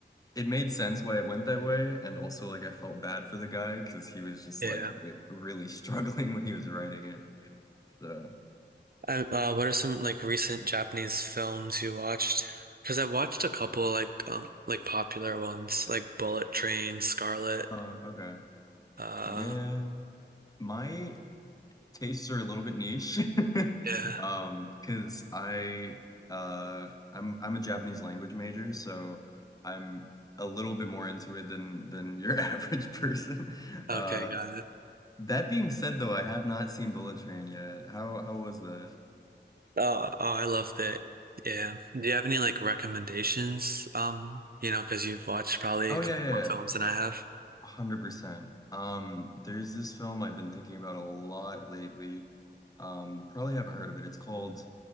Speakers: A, on the left; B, on the right.
A: it made sense why it went that way, and also like I felt bad for the guy because he was just
B: Yeah.
A: like re really <laughs> struggling when he was writing it. So
B: I, uh, what are some like recent Japanese films you watched? Because I watched a couple like um like popular ones like Bullet Train, Scarlet.
A: Oh, okay.
B: Uh,
A: Yeah, my tastes are a little bit niche. <laughs>
B: yeah.
A: Um, because I uh I'm I'm a Japanese language major, so I'm a little bit more into it than than your <laughs> average person.
B: Okay,
A: Uh
B: got it.
A: that being said though, I have not seen Bullet Train yet. How how was that?
B: Oh, oh, I loved it. Yeah. Do you have any like recommendations? Um, you know, because you've watched probably
A: Oh
B: a couple
A: yeah, yeah.
B: more
A: yeah.
B: films than I have.
A: 100%. Um, there's this film I've been thinking about a lot lately. Um, you probably haven't heard of it. It's called